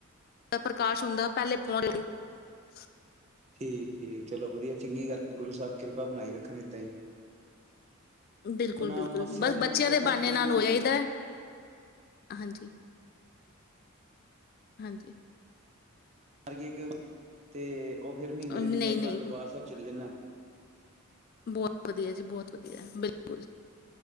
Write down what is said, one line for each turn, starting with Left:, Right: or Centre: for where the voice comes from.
Left: ਏ, ਪ੍ਰਕਾਸ਼ ਹੁੰਦਾ ਏ, ਉਹ ਪਹਿਲੇ ਪਹੁੰਚ <unintelligible>
Right: ਠੀਕ-ਠੀਕ ਚਲੋ ਵਧੀਆ, ਚੰਗੀ ਗੱਲ ਗੁਰੂ ਸਾਹਿਬ ਕਿਰਪਾ ਬਣਾਈ ਰੱਖਣ। ਏਦਾਂ ਹੀ।
Left: ਬਿਲਕੁਲ-ਬਿਲਕੁਲ
Right: ਆਪਣਾ ਮੱਸਿਆ
Left: ਬਸ ਬੱਚਿਆਂ
Right: ਮੱਸਿਆ
Left: ਦੇ
Right: ਨਾ
Left: ਬਹਾਨੇ
Right: ਉੱਥੇ
Left: ਨਾਲ
Right: ਮਹੀਨ
Left: ਹੋ ਆਇਦਾ ਹਾਂਜੀ। ਹਾਂਜੀ।
Right: ਹਰ ਕੀ ਇੱਕ ਤੇ ਉਹ ਫਿਰ ਮਹੀਨੇ ਦੇ
Left: ਨਹੀਂ
Right: ਮਹੀਨੇ ਆਪਣਾ
Left: ਨਹੀਂ
Right: ਦਰਬਾਰ ਸਾਹਿਬ ਚਲੇ ਜਾਂਦਾ।
Left: ਬਹੁਤ ਵਧੀਆ ਜੀ ਬਹੁਤ ਵਧੀਆ ਬਿਲਕੁਲ